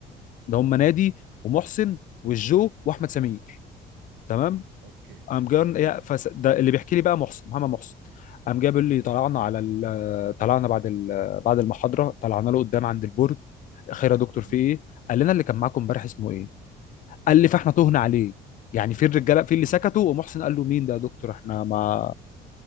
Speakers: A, on the left; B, on the right.
A: ده هم نادي ومحسن والجو واحمد سمير تمام
B: أوكي
A: قام جاي
B: أوكي
A: يا- فس... ده اللي بيحكي لي بقى محسن محمد محسن قام جاي بيقول لي طلعنا على ال... طلعنا بعد ال... بعد المحاضره طلعنا له قدام عند البورد خير يا دكتور
B: امم
A: في ايه قال لنا اللي كان معاكم امبارح اسمه ايه قال لي فاحنا تهنا عليه يعني في الرجاله في
B: امم
A: اللي سكتوا ومحسن قال له مين ده يا دكتور احنا ما